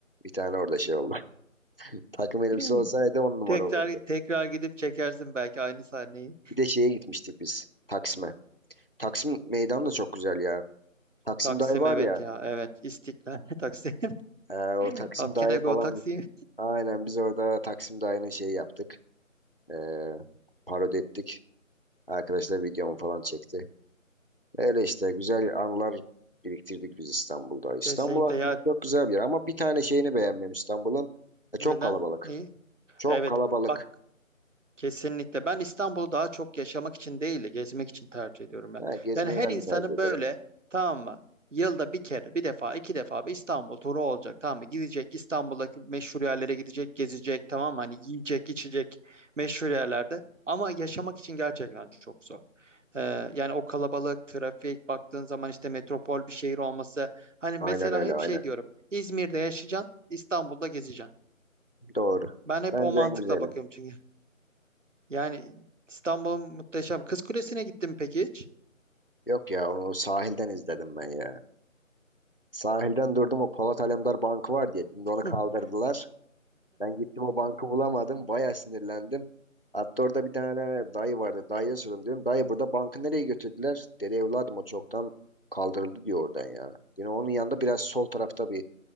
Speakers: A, on the left; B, on the right.
A: Bir tane orada şey oldu. <laughs> Takım elbise
B: <laughs>
A: olsaydı on numara
B: tekrar
A: olurdu.
B: tekrar gidip çekersin belki aynı sahneyi
A: Bir de şeye gitmiştik biz Taksim'e. Taksim meydan da çok güzel ya. Taksim
B: Taksim
A: Dağı var
B: evet
A: ya
B: ya evet İstiklal <laughs> Taksim
A: Ee, o Taksim
B: <laughs> Afkene
A: Dağı
B: Go
A: falan.
B: Taksim
A: biz- Aynen biz orada Taksim Dağı'nı şeyi yaptık. Ee, parodi ettik. Arkadaşlar videomu falan çekti. Öyle işte güzel anılar biriktirdik biz İstanbul'da. İstanbul
B: Kesinlikle
A: aslında
B: ya
A: çok güzel bir yer ama bir tane şeyini beğenmiyorum İstanbul'un. E, çok
B: neden?
A: kalabalık.
B: Neyi?
A: Çok
B: Evet
A: kalabalık.
B: bak kesinlikle ben İstanbul'u daha çok yaşamak için değil de gezmek için tercih ediyorum ya.
A: Ha, gezmeyi
B: Yani her
A: ben
B: insanın
A: de tercih
B: böyle
A: ederim.
B: tamam mı? Yılda bir kere bir defa iki defa bir İstanbul turu olacak tamam mı? Gidecek İstanbul'daki meşhur yerlere gidecek gezecek tamam mı? Hani yiyecek içecek meşhur yerlerde ama yaşamak için gerçekten çok zor. Ee, yani o kalabalık trafik baktığın zaman işte metropol bir şehir olması hani mesela
A: Aynen öyle
B: hep
A: aynen.
B: şey diyorum İzmir'de yaşayacaksın İstanbul'da gezeceksin.
A: Doğru.
B: Ben hep
A: Bence
B: o mantıkla
A: en güzeli.
B: bakıyorum çünkü. Yani İstanbul'un muhteşem. Kız Kulesi'ne gittim peki hiç?
A: Yok ya onu sahilden izledim ben ya. Sahilden durdum o Polat Alemdar Bankı var diye. Şimdi onu kaldırdılar.
B: <laughs>
A: Ben gittim o bankı bulamadım. Bayağı sinirlendim. Hatta orada bir tane dayı vardı. Dayıya sordum diyorum. Dayı burada bankı nereye götürdüler? Dedi evladım o çoktan kaldırıldı diyor oradan ya. Yine onun yanında biraz sol tarafta bir